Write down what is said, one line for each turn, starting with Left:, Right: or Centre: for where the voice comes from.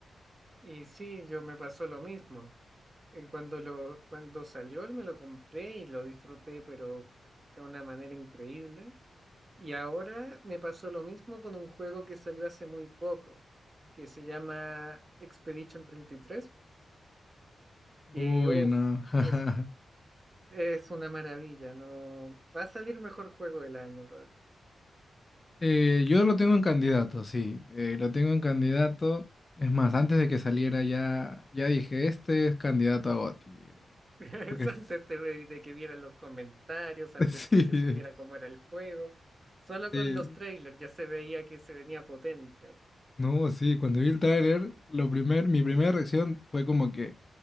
Right: y sí, yo me pasó lo mismo. Eh, Cuando lo, cuando salió, me lo compré y lo disfruté, pero de una manera increíble. Y ahora me pasó lo mismo con un juego que salió hace muy poco, que se llama Expedition treinta y tres. que
Left: Uy,
Right: uf,
Left: no. <laughs>
Right: es, es una maravilla, no va a salir mejor juego del año
Left: Eh, yo lo tengo en candidato, sí, eh, lo tengo en candidato. Es más, antes de que saliera ya, ya dije, este es candidato a GOTY. eh,
Right: <laughs>
Left: Porque es-
Right: Antes de, de que vieran los comentarios, antes
Left: <laughs> sí,
Right: que se
Left: eh,
Right: supiera cómo era el juego. Solo
Left: sí,
Right: con los trailers ya se veía que se venía potente.
Left: no, sí, cuando vi el tráiler, lo primer, mi primera reacción fue como que